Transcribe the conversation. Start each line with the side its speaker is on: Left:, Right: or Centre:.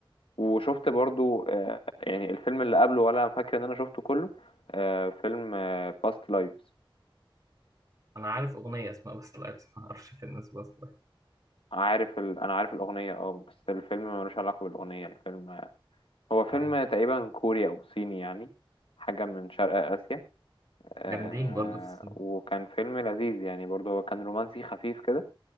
Left: وشفت برضو آه، يعني الفيلم اللي قبله ولا فاكر ان انا شفته كله آه، فيلم باست لايفز
Right: انا عارف اغنية اسمها بس لايف ما اعرفش في الناس بس
Left: عارف ال... انا عارف الاغنية اه بس الفيلم ملوش علاقة بالاغنية الفيلم آه، هو فيلم
Right: لايف
Left: تقريبا كوري او صيني يعني حاجة من شرق اسيا آه،
Right: جامدين برضه في السينما
Left: وكان فيلم لذيذ يعني برضو هو كان رومانسي خفيف كده